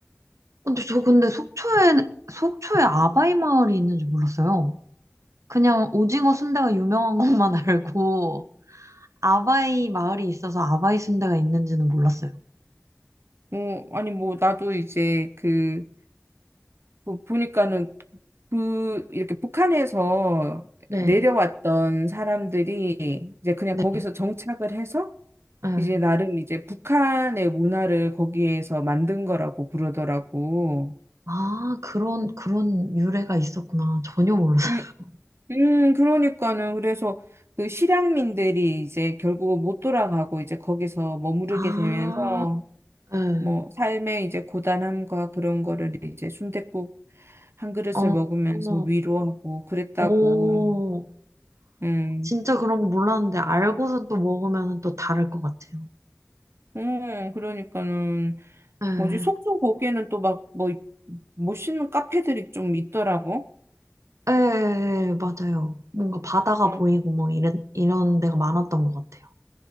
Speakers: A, on the right; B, on the right.
A: 근데 저 근데 속초에 속초에 아바이 마을이 있는 줄 몰랐어요. 그냥 오징어 순대가 유명한 것만 <laughs> 알고 아바이 마을이 있어서 아바이 순대가 있는지는 몰랐어요.
B: 어, 아니, 뭐, 나도 이제 그, 그 보니까는 그 이렇게 북한에서
A: 네.
B: 내려왔던 사람들이 이제 그냥
A: 네.
B: 거기서 정착을 해서
A: 네.
B: 이제 나름 이제 북한의 문화를 거기에서 만든 거라고 그러더라고.
A: 아, 그런 그런 유래가 있었구나. 전혀 몰랐어요.
B: 음, 음, 그러니까는 그래서 그 실향민들이 이제 결국 못 돌아가고 이제 거기서 머무르게
A: 아,
B: 되면서
A: 네.
B: 뭐 삶의 이제 고단함과 그런 거를 이제 순댓국 한 그릇을
A: 어,
B: 먹으면서
A: 어,
B: 위로하고 그랬다고.
A: 어.
B: 음.
A: 진짜 그런 거 몰랐는데 알고서 또 먹으면 또 다를 것 같아요.
B: 어, 그러니까는
A: 예,
B: 뭐지 속초 거기에는 또 막 뭐 멋있는 카페들이 좀 있더라고.
A: 예, 예, 예, 맞아요. 뭔가 바다가
B: 어,
A: 보이고 뭐 이런, 이런 데가 많았던 것 같아요.